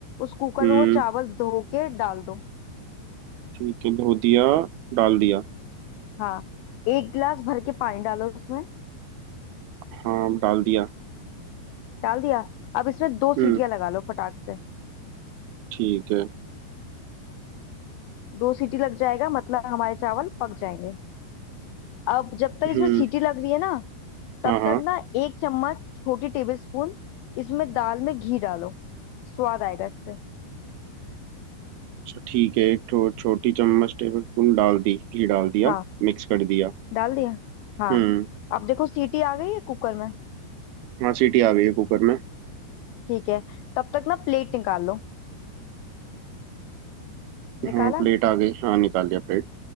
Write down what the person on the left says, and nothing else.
उस कुकर
में वो चावल धो के डाल दो
हाँ एक गिलास भर के पानी डालो उसमें
डाल दिया अब इसमें दो सीटियां
लगा लो फटाक से
दो सीटी लग जाएगा मतलब हमारे चावल पक जाएंगे अब जब तक
इसमें सीटी लग रही है ना तब
तक ना एक चम्मच छोटी टेबल स्पून इसमें दाल में घी डालो स्वाद आएगा इससे
हाँ
डाल दिया हाँ
अब देखो सीटी आ गई है कुकर में
ठीक है तब तक ना प्लेट निकाल लो निकाला